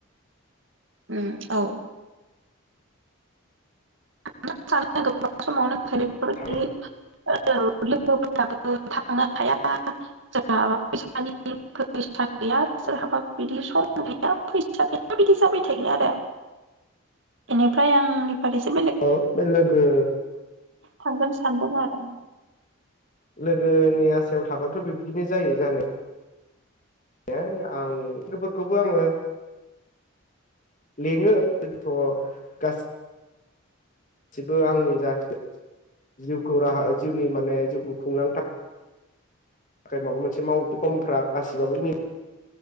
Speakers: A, on the right; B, on the left.
A: ओम औ। <unintelligible> <unintelligible>
B: थां
A: औ लोगोफोराबो थांनो हाया जोंहाबा फैसानि फैसा गैया सोरहाबा बिदि सम गैया फैसा गैया बिदि जाबाय थायो आरो बेनिफ्राय आंनिफ्रायसो
B: अ नो लोगो
A: थांगोन सानदों आरो
B: लोगोनि आसायाव थाबाथ बिबदिनो जायो जानाया ए आं लोगोफोरखौबो आङो। लिङो जोंथ गास सिबो आंनि जाथे जिउखौ राहा जिउनि माने जिउखौ खुंलां था थाखाय माबा मोनसे <unintelligible> गासिबाबो